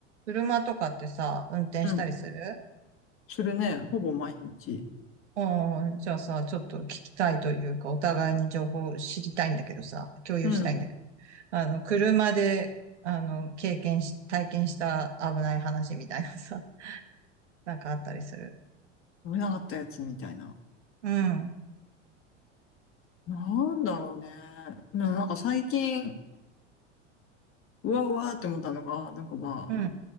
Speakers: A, on the right; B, on the left.
A: 車とかってさ、運転したりする
B: うん。するね。ほぼ毎日。
A: うん、じゃあさ、ちょっと聞きたいというか、お互いに情報を知りたいんだけどさ、共有したいんだけど、
B: うん。
A: あの、車で、あの、経験し、体験した危ない話みたいなさ、<laughs> なんかあったりする。
B: 飲めなかったやつみたいな。
A: うん、うん、
B: なんだろうね。ななんか最近、うわうわって思ったのが、なんかまあ、
A: うん、